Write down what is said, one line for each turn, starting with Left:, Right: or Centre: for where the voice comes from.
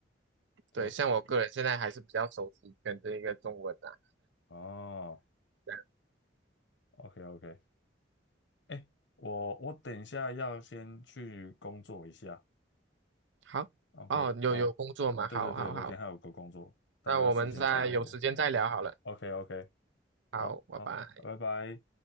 Left: 对吧
Right: 对，像我个人现在还是比较熟悉跟这一个中文啊。
Left: 哦，
Right: 这样
Left: OK OK，哎，我我等一下要先去工作一下。
Right: 好，
Left: OK，
Right: 哦，有有工作嘛？
Left: 好，对对对，
Right: 好，好，
Left: 我等一下有个工作，
Right: 好，
Left: 等一下时间差不多。
Right: 那我们再有时间再聊好了。
Left: OK OK，
Right: 好，
Left: 好好，
Right: 拜拜。
Left: 拜拜。